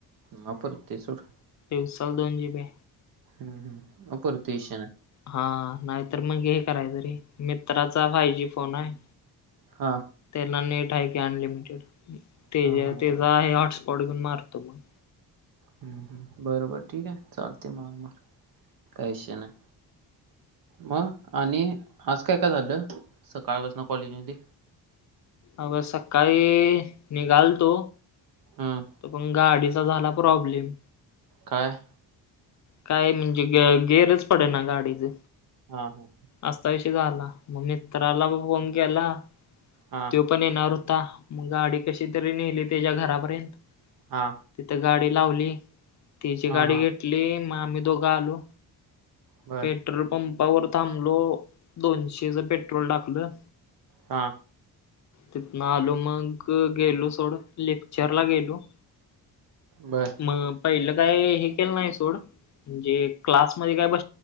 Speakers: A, on the right; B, on the left.
A: म परत ते सुड
B: देवसाल दोन जीबे
A: हम्म हम्पर त विशष ना
B: हा नाहीतर मग हे कराय तरी मित्राचा फायजी फोन आहे
A: हा
B: त्याला नेट आहे की अनलिमिटेड
A: हा
B: ते ज
A: हा
B: त्याचा आहे हॉटस्पॉट घेऊन मारतो मग
A: हम् हम् बरोबर ठीक आहे चालते मार मार काहीश नाही मग आणि आज काय काय झालं सकाळपासन कॉलेजमध्ये
B: अग सकाळी निघालतो
A: हम
B: त पण गाडीचा झाला प्रॉब्लेम
A: काय
B: काय म्हणजे ग गेअरच पडे ना गाडीचे
A: हा हा
B: असता विशी झाला मग मित्राला फोन केला
A: हा
B: तो पण येणार होता मग गाडी कशी तरी नेली त्याच्या घरापर्यंत
A: हा
B: तिथे गाडी लावली तिची
A: हा
B: गाडी
A: हा
B: घेतली मग आम्ही दोघं आलो
A: बर
B: पेट्रोल पंपावर थांबलो दोनशेच पेट्रोल टाकलं
A: हा
B: तिथन आलो मग गेलो सोडं लेक्चर ला गेलो
A: बर
B: म पहिलं काय हे के नाही सोडणे क्लासमध्ये का ब